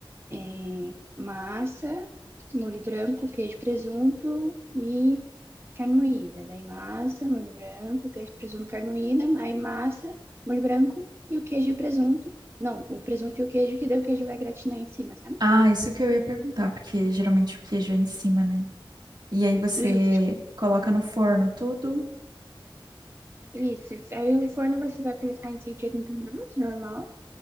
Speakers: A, on the right; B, on the right.
A: é, massa, molho branco, queijo, presunto e carne moída. Daí massa, molho branco, queijo, presunto, carne moída, aí massa, molho branco e o queijo e o presunto. Não, o presunto e o queijo, que daí o queijo vai gratinar em cima, sabe?
B: Ah, isso que eu ia perguntar, porque geralmente o queijo é em cima, né? E aí você
A: E
B: coloca no forno tudo?
A: Isso. Aí o forno você vai colocar em 180 graus, normal.